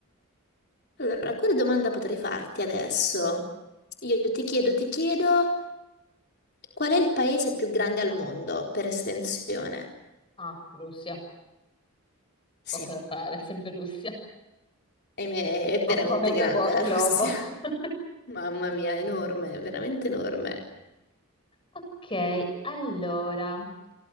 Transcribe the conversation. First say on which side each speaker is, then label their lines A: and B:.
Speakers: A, on the left; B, on the left.
A: Allora, quale domanda potrei farti adesso? Io ti chiedo, ti chiedo, qual è il paese più grande al mondo per estensione?
B: Ah, Russia.
A: Sì,
B: Poco
A: è
B: da fare, sempre Russia.
A: è veramente
B: Occupa mezzo
A: grande
B: go-
A: la
B: globo.
A: Russia.
B: <laughs>
A: <laughs> Mamma mia, enorme, veramente enorme.
B: Ok, allora,